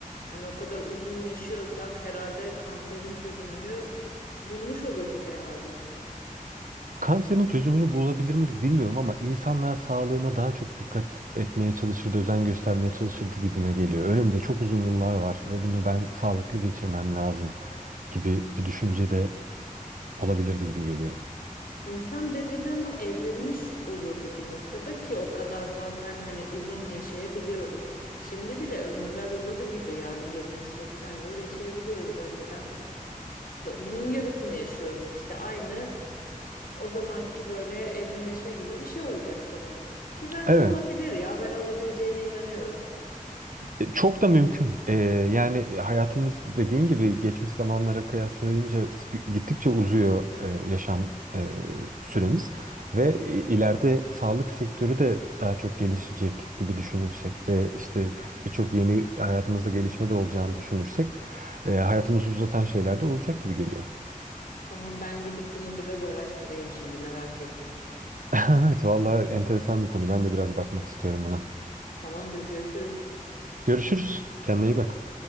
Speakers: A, on the left; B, on the right.
A: Hani o kadar uzun yaşıyorsak herhalde kanserin çözümünü bulmuş olurduk herhalde.
B: Kanserin çözümünü bulabilir miydik bilmiyorum ama insanlar sağlığına daha çok dikkat etmeye çalışırdı, özen göstermeye çalışırdı gibime geliyor. Önümde çok uzun yıllar var ve bunu ben sağlıklı geçirmem lazım gibi bir düşünce de olabilirdi gibi geliyor.
A: İnsan bedeni ama evrilmiş olurdu bir noktada ki o kadar zaten hani uzun yaşayabiliyoruz. Şimdi bile ömürler uzadı gibi yani 70-80 yıl yaşayabiliyoruz önceden. da- bunun yarısını yaşıyorduk işte aynı o zamanki böyle evrimleşme gibi bir şey olacak sanırım. Ki bence
B: Evet.
A: olabilir ya ben olabileceğine inanıyorum.
B: E, Çok da mümkün. E, yani e, hayatımız dediğin gibi geçmiş zamanlara kıyaslayınca s- gittikçe uzuyor e, yaşam e, süremiz ve i- ileride sağlık sektörü de daha çok gelişecek gibi düşünürsek ve işte birçok yeni hayatımızda gelişme de olacağını düşünürsek e, hayatımızı uzatan şeyler de olacak gibi geliyor.
A: Tamam ben gidip bunu biraz araştırayım şimdi merak ettim.
B: <laughs> Evet, vallahi enteresan bir konu. Ben de biraz bakmak istiyorum buna.
A: Tamamdır görüşürüz.
B: Görüşürüz. Kendine iyi bak.